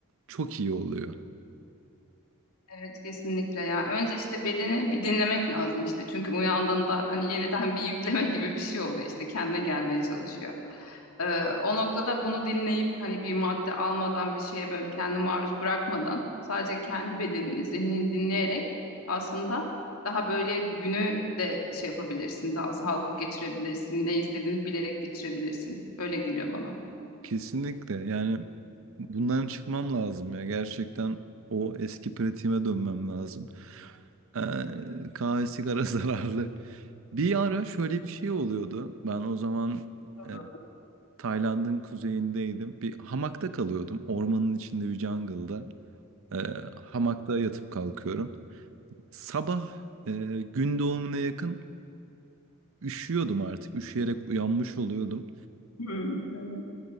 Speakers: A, on the right; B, on the left.
A: çok iyi oluyor.
B: Evet kesinlikle ya. Önce işte bedeni bir dinlemek lazım işte. Çünkü uyandığında hani yeniden bir yükleme gibi bir şey oluyor işte kendine gelmeye çalışıyor. Ee, o noktada bunu dinleyip hani bir madde almadan bir şeye böyle kendi maruz bırakmadan sadece kendi bedenini, zihnini dinleyerek aslında daha böyle günü de şey yapabilirsin. Daha sağlıklı geçirebilirsin. Ne istediğini bilerek geçirebilirsin. Öyle geliyor bana.
A: Kesinlikle. Yani bundan çıkmam lazım ya. Gerçekten o eski pratiğime dönmem lazım. Ee, kahve sigara <laughs> zararlı. Bir ara şöyle bir şey oluyordu. Ben o zaman
B: yapıyordu.
A: e, Tayland'ın kuzeyindeydim. Bir hamakta kalıyordum. Ormanın içinde bir jungle'da. Ee, hamakta yatıp kalkıyorum. Sabah e, gün doğumuna yakın üşüyordum artık. Üşüyerek uyanmış oluyordum.
B: Hmm, evet.